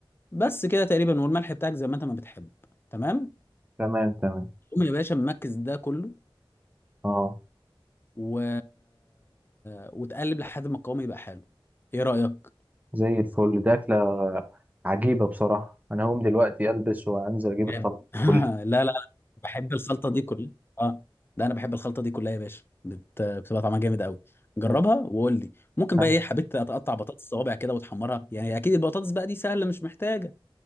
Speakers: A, on the left (about 25°); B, on the right (about 20°).
A: بس كده تقريبا والملح بتاعك زي ما انت ما بتحب تمام
B: تمام تمام تمام.
A: قوم يا باشا مركز ده كله
B: اه
A: و... آه، وتقلب لحد ما القوام يبقى حلو ايه رأيك
B: زي الفل دي أكلة عجيبة بصراحة أنا هقوم دلوقتي ألبس وأنزل أجيب
A: جامد
B: الطلبات
A: <laughs>
B: كلها
A: لا لا بحب الخلطة دي كلها اه ده انا بحب الخلطة دي كلها يا باشا بت... آه، بتبقى طعمها جامد قوي جربها
B: أنا
A: وقول لي ممكن
B: هنزل
A: بقى ايه حبيت اتقطع بطاطس صوابع كده وتحمرها يعني اكيد البطاطس بقى دي سهلة مش محتاجة